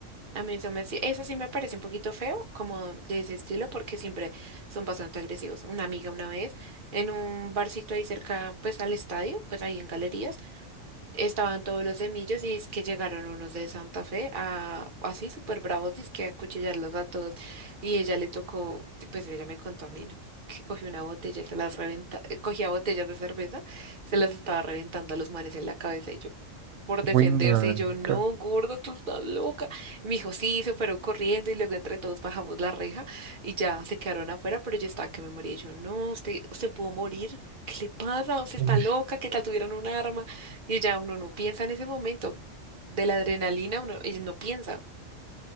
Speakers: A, on the right; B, on the right.
A: A mí eso me, sí- eso sí me parece un poquito feo, como de ese estilo, porque siempre son bastante agresivos. Una amiga una vez, en un barcito ahí cerca, pues al estadio, pues ahí en galerías. Estaban todos los de Millos y es que llegaron unos de Santa Fe a así súper bravos, es que a acuchillarlos a todos. Y ella le tocó, pues ella me contó a mí, ¿no? Que cogió una botella y se las reventa, eh, cogía botellas de cerveza, se las estaba reventando a los manes en la cabeza. Y yo, por defenderse
B: Uy, manca.
A: y yo, no, gorda, tú estás loca. Y me dijo, sí, se fueron corriendo y luego entre todos bajamos la reja y ya se quedaron afuera, pero yo estaba que me moría. Y Yo, no, usted, usted pudo morir, ¿qué le pasa? Usted
B: Uy.
A: está loca, ¿qué tal tuvieran un arma? Y ya uno no piensa en ese momento, de la adrenalina uno y no piensa.